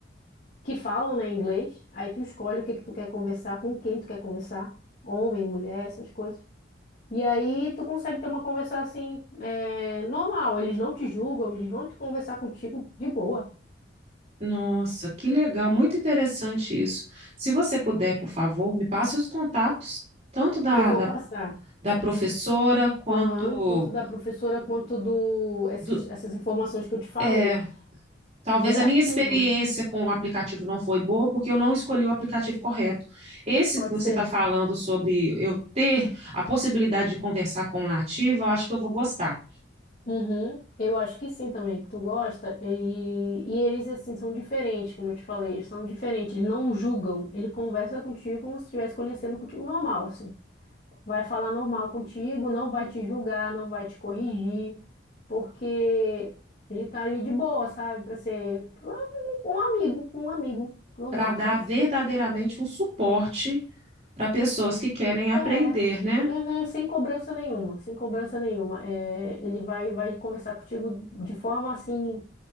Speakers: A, on the left; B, on the right.
A: que falam, né, inglês. Aí tu escolhe o que que tu quer conversar, com quem tu quer conversar, homem, mulher, essas coisas. E aí tu consegue ter uma conversa assim, é, normal. Eles não te julgam, eles vão te conversar contigo de boa.
B: Nossa, que legal, muito interessante isso. Se você puder, por favor, me passe os contatos, tanto da,
A: Eu vou
B: da,
A: passar.
B: da professora quanto
A: Aham, quanto da professora, quanto do esses-
B: do.
A: essas informações que eu te falei.
B: É, talvez
A: E é
B: a
A: aquilo,
B: minha experiência
A: né?
B: com o aplicativo não foi boa, porque eu não escolhi o aplicativo correto. Esse
A: Pode
B: que você
A: ser.
B: está falando sobre eu ter a possibilidade de conversar com o nativo, eu acho que eu vou gostar.
A: Uhum. Eu acho que sim também, que tu gosta. E, e eles, assim, são diferentes, como eu te falei, eles são diferentes, eles não julgam. Ele conversa contigo como se estivesse conhecendo contigo normal, assim. Vai falar normal contigo, não vai te julgar, não vai te corrigir, porque ele tá ali de boa, sabe? Pra ser um amigo, um amigo normal,
B: para dar
A: sabe?
B: verdadeiramente um suporte para pessoas que querem aprender,
A: É,
B: né?
A: uhum, sem cobrança nenhuma, sem cobrança nenhuma. É, ele vai, vai conversar contigo de forma assim,